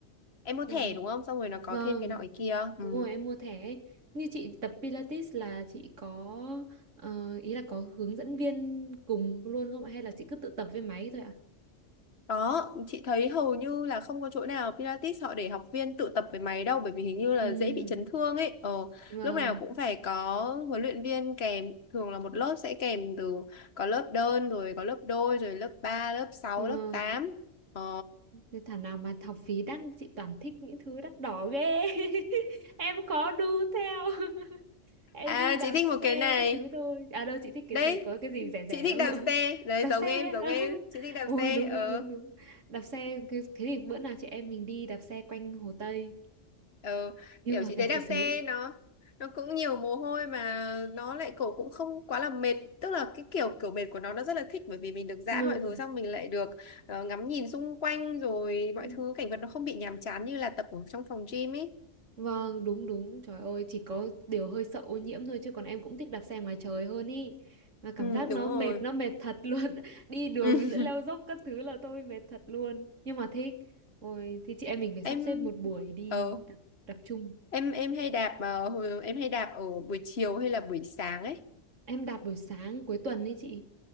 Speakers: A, on the left; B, on the right.
A: em mua thẻ
B: Ừ.
A: đúng không xong rồi nó có
B: Vâng,
A: thêm cái nọ cái kia ừ.
B: đúng rồi em mua thẻ ấy. Như chị tập Pilates là chị có ờ, ý là có hướng dẫn viên cùng luôn không ạ? hay là chị cứ tự tập với máy thôi ạ?
A: đó chị thấy hầu như là không có chỗ nào Pilates họ để học viên tự tập với máy đâu bởi vì hình như là
B: Ừ,
A: dễ bị chấn thương ấy ờ
B: vâng.
A: lúc nào cũng phải có huấn luyện viên kèm thường là một lớp sẽ kèm từ có lớp đơn rồi có lớp đôi rồi lớp 3, lớp sáu,
B: Ừ.
A: lớp tám. ờ
B: Thế thảo nào mà học phí đắt chị toàn thích những thứ đắt đỏ ghê <laughs> em khó đu theo <laughs> em
A: à
B: đi đạp
A: chị thích
B: xe
A: một cái này
B: các thứ thôi à đâu chị thích cái
A: đấy
B: gì có cái gì rẻ
A: chị
B: rẻ
A: thích
B: không
A: đạp xe
B: <laughs>
A: đấy
B: đạp
A: giống
B: xe
A: em
B: á.
A: giống em
B: <laughs>
A: chị thích đạp
B: ôi
A: xe
B: đúng
A: Ờ.
B: đúng đúng đúng đạp xe thế thì bữa nào chị em mình đi đạp xe quanh Hồ Tây
A: ừ,
B: nhưng
A: kiểu
B: mà
A: chị
B: phải
A: thấy
B: dậy
A: đạp
B: sớm
A: xe nó nó cũng nhiều mồ hôi mà nó lại cổ cũng không quá là mệt tức là cái kiểu kiểu mệt của nó nó rất là thích bởi vì mình được giãn
B: <laughs>
A: mọi thứ xong mình lại được ờ, ngắm nhìn xung quanh rồi
B: Ừ.
A: mọi thứ cảnh vật nó không bị nhàm chán như là tập ở trong phòng gym ấy
B: Vâng, đúng đúng. Trời ơi, chỉ có điều hơi sợ ô nhiễm thôi chứ còn em cũng thích đạp xe ngoài trời hơn ý. Mà cảm
A: ừ,
B: giác
A: đúng
B: nó
A: rồi
B: mệt, nó mệt thật luôn. <laughs> Đi đường
A: ừ.
B: giữa leo dốc các thứ là tôi mệt thật luôn. Nhưng mà thích. Ôi, thì chị em mình phải sắp
A: em
B: xếp một buổi đi
A: ờ
B: đạp, đạp chung.
A: em em hay đạp ờ, hồi- em hay đạp ở buổi chiều hay là buổi sáng ấy
B: Em đạp buổi sáng cuối tuần ấy chị.